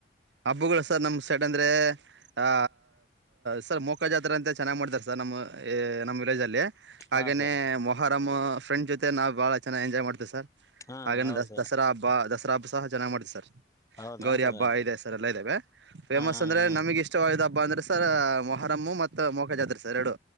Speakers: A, on the right; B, on the left.
A: ಹಬ್ಬುಗಳು ಸರ್ ನಮ್ ಸೈಟ್ ಅಂದ್ರೆ ಆ ಸರ್ ಮೊಕ ಜಾತ್ರೆ ಅಂತ ಚೆನ್ನಾಗಿ್ ಮಾಡ್ತಾರೆ ಸರ್ ನಮ್ಮ ನಮ್ಮ್ ವಿಲೇಜ್ ಅಲ್ಲಿ ಹಾಗೇನೇ
B: ಹಾ ಸರ್
A: ಮೊಹರಂ್ ಫ್ರೆಂಡ್ ಜೊತೆ ನಾವ್ ಬಾಳ ಚೆನ್ನಾಗಿ ಎಂಜಾಯ್ ಮಾಡ್ತೇವೆ ಸರ್
B: ಹಾ
A: ಹಾಗನ
B: ಹೌದು
A: ದ
B: ಸರ್
A: ದಸರಾ ಹಬ್ಬ ದಸರಾ ಹಬ್ಬ ಸಹ ಚನಾಗ್ ಮಾಡತಿ ಸರ್
B: ಹೌದಾ
A: ಗೌರಿ
B: ಸರ್
A: ಹಬ್ಬ
B: ಹಾ
A: ಇದೆ ಲ್ಲ ಇದಾವ ಫೇಮಸ್
B: ಹಾ
A: ಅಂದ್ರೆ
B: ಹಾ
A: ನಮ ಈಗ ಇಷ್ಟವಿದ್ದ ಹಬ್ಬ ಅಂದ್ರೆ ಸರ್ ಮೊಹರಮ್ಮು ಮತ್ತು ಮೊಕಜಾತ್ರ ಅ ಆದ್ರೆ ಸರ್ ಎರಡು